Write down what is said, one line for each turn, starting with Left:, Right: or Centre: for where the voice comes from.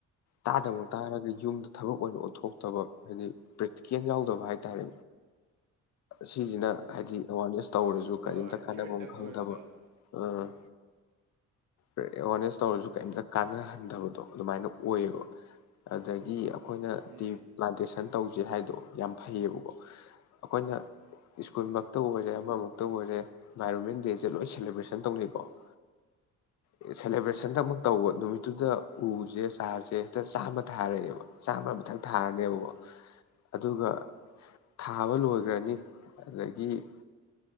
Left: ꯇꯥꯗꯝꯛ
Right: ꯎꯝ
Left: ꯇꯥꯔꯒ ꯌꯨꯝꯗ ꯊꯕꯛ ꯑꯣꯏꯅ ꯎꯠꯊꯣꯛ ꯇꯧꯕ ꯍꯥꯏꯗꯤ ꯄ꯭ꯔꯦꯛꯇꯤꯀꯦꯜ ꯌꯥꯎꯗꯕ ꯍꯥꯏꯇꯥꯔꯦ ꯁꯤꯁꯤꯅ ꯍꯥꯏꯗꯤ ꯑꯦꯋꯥꯔꯅꯦꯁ ꯇꯧꯔꯁꯨ ꯀꯔꯤꯝꯇ
Right: ꯍꯣꯏ
Left: ꯀꯥꯟꯅꯕꯝ
Right: ꯊꯤꯑꯣꯔꯤꯇꯪ
Left: ꯈꯪꯗꯕ
Right: ꯑꯣꯏꯕꯗꯣ
Left: ꯑ ꯑꯦꯋꯥꯔꯅꯦꯁ ꯇꯧꯔꯁꯨ ꯀꯩꯇ ꯀꯥꯟꯅꯍꯟꯊꯕꯗꯣ ꯑꯗꯨꯃꯥꯏꯅ ꯑꯣꯏꯌꯦꯕ ꯑꯗꯒꯤ ꯑꯩꯈꯣꯏꯅ
Right: ꯎꯝ
Left: ꯇꯔꯤ ꯄ꯭ꯂꯥꯟꯇꯦꯁꯟ ꯇꯧꯖꯦ ꯍꯥꯏꯗꯣ ꯌꯥꯝ ꯐꯩꯌꯦꯕꯀꯣ ꯑꯩꯈꯣꯏꯅ ꯁ꯭ꯀꯨꯜ
Right: ꯎꯝ
Left: ꯃꯛꯇꯕꯨ ꯑꯣꯏꯔꯦ ꯑꯃꯃꯛꯇꯕꯨ ꯑꯣꯏꯔꯦ ꯏꯟꯚꯥꯏꯔꯣꯟꯃꯦꯟ ꯗꯦ ꯂꯣꯏ <unintelligible> ꯁꯦꯂꯦꯕ꯭ꯔꯦꯁꯟ ꯇꯧꯅꯩꯀꯣ ꯁꯦꯂꯦꯕ꯭ꯔꯦꯁꯟꯗꯨ ꯇꯧꯕ ꯅꯨꯃꯤꯠꯇꯨꯗ ꯎꯁꯦ ꯆꯥꯔꯁꯦ ꯍꯦꯛꯇ ꯆꯥꯝꯃ ꯊꯥꯔꯛꯑꯦꯕ ꯆꯥꯝꯃ ꯃꯊꯪ ꯊꯥꯔꯅꯦꯕ ꯑꯗꯨꯒ ꯊꯥꯕ ꯂꯣꯏꯈ꯭ꯔꯅꯤ ꯑꯗꯒꯤ